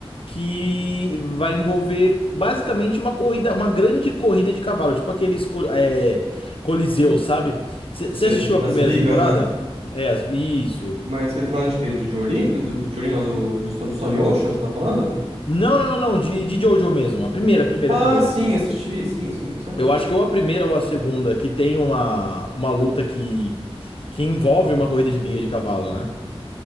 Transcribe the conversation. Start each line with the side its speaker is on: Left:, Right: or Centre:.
Left: que vai envolver basicamente uma corrida, uma grande corrida de cavalo, tipo aqueles co- é, Coliseu, sabe? Você
Right: Sei,
Left: assistiu
Right: as
Left: a primeira
Right: bigas,
Left: temporada?
Right: né?
Left: É, as- isso.
Right: Mas você tem temporada de quê? De Jolene? Do, do Jolene, não, do, do Sto- do Stone Ocean, você tá falando?
Left: Não, não, não, não, de, de Jojo mesmo. A primeira, a primeira,
Right: Ah,
Left: a primeira.
Right: sim, assisti, sim, sim, com certeza
Left: Eu acho
Right: assisti.
Left: que ou a primeira ou a segunda, que tem uma, uma luta que, que envolve uma corrida de briga de cavalo, né?